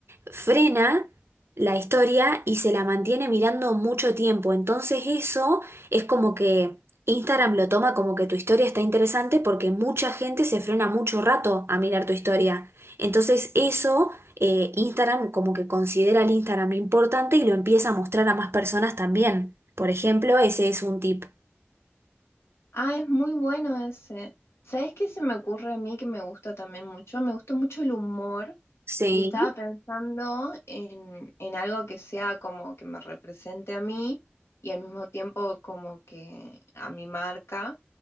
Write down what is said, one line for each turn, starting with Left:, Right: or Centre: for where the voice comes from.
Right: frena la historia y se la mantiene mirando mucho tiempo. Entonces eso es como que Instagram lo toma como que tu historia está interesante porque mucha gente se frena mucho rato a mirar tu historia. Entonces eso eh, Instagram como que considera el Instagram importante y lo empieza a mostrar a más personas también. Por ejemplo, ese es un tip.
Left: Ah, es muy bueno ese. ¿Sabes qué se me ocurre a mí que me gusta también mucho? Me gusta mucho el humor
Right: Sí.
Left: y estaba pensando en, en algo que sea como que me represente a mí y al mismo tiempo como que a mi marca.